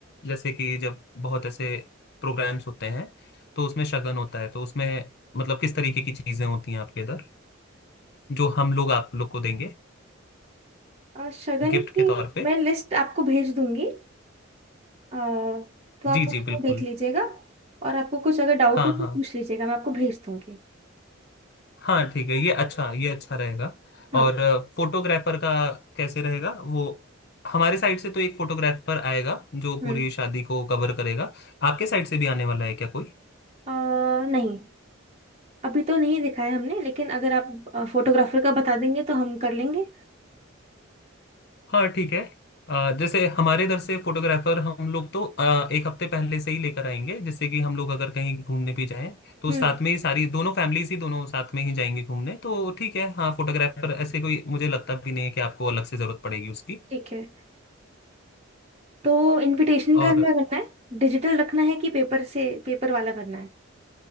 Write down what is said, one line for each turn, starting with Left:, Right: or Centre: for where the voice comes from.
Left: जैसे कि जब बहुत ऐसे प्रोग्राम्स होते हैं तो उसमें शगन होता है तो उसमें मतलब किस तरीके की चीजें होती हैं आपके इधर जो हम लोग आप लोग को देंगे
Right: अ, शगन
Left: गिफ्ट
Right: की
Left: के तौर पे
Right: मैं लिस्ट आपको भेज दूंगी अ, तो आप
Left: जी
Right: उसमें
Left: जी बिल्कुल
Right: देख लीजिएगा और आपको कुछ अगर डाउट
Left: हाँ
Right: हो तो
Left: हाँ
Right: पूछ लीजिएगा मैं आपको भेज दूंगी
Left: हाँ ठीक है ये अच्छा ये अच्छा रहेगा
Right: हाँ
Left: और फोटोग्राफर का कैसे रहेगा वो हमारे साइड से तो एक फोटोग्राफर आएगा जो
Right: हम्म
Left: पूरी शादी को कवर करेगा आपके साइड से भी आने वाला है क्या कोई
Right: अ, नहीं अभी तो नहीं दिखा है हमने लेकिन अगर आप फोटोग्राफर का बता देंगे तो हम कर लेंगे
Left: हाँ ठीक है अ, जैसे हमारे इधर से फोटोग्राफर हम लोग तो अ, एक हफ्ते पहले से ही लेकर आएंगे जिससे कि हम लोग अगर कहीं घूमने भी जाएं तो
Right: हम्म
Left: साथ में ही सारी दोनों फैमिलीज ही दोनों साथ में ही जाएंगे घूमने तो ठीक है हाँ फोटोग्राफर ऐसे कोई मुझे लगता भी नहीं है कि आपको अलग से जरूरत पड़ेगी उसकी
Right: ठीक है तो इनविटेशन
Left: और
Right: का क्या करना है डिजिटल रखना है कि पेपर से पेपर वाला करना है